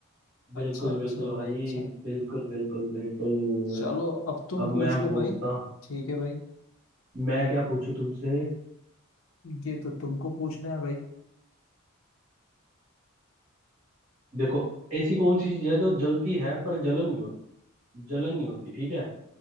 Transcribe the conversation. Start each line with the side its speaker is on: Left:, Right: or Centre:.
Right: बिल्कुल
Left: अच्छा अच्छा
Right: बिल्कुल भाई
Left: भाई अच्छा
Right: बिल्कुल बिल्कुल बिल्कुल
Left: चलो अब तुम
Right: अब
Left: पूछ
Right: मैं
Left: लो
Right: पूछता
Left: भाई ठीक है भाई
Right: मैं क्या पूछूं तुमसे
Left: ये तो तुमको पूछना है भाई
Right: देखो ऐसी कौन सी चीज है जो जलती है पर जलन नहीं होती जलन नहीं होती ठीक है